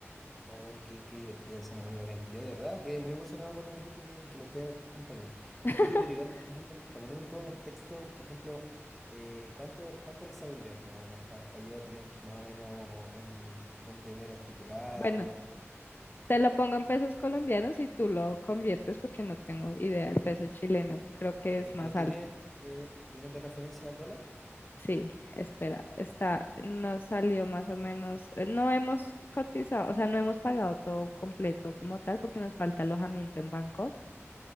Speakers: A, in the centre; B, on the left (about 45°).
A: Oh, qué, qué divertido, suena muy bacán. Yo de verdad quedé muy emocionado cuando me dijiste que, que los podía acompañar.
B: <laughs>
A: Oye, pero igual para ponerme, pa ponerme un poco en contexto, por ejemplo, eh, ¿cuánto, cuánto le sale el viaje más o menos? Para yo tener más o menos un, un dinero estipulado.
B: Bueno, te lo pongo en pesos colombianos y tú lo conviertes porque no tengo idea del peso chileno. Creo que
A: Eh,
B: es
A: pero
B: más
A: tiene,
B: alto.
A: eh, ¿tiene de referencia al dólar?
B: Sí, espera, está,
A: Ya.
B: nos salió más o menos, eh, no hemos cotizado, o sea, no hemos pagado todo completo como tal porque nos
A: ¿Ya?
B: falta alojamiento en Bangkok.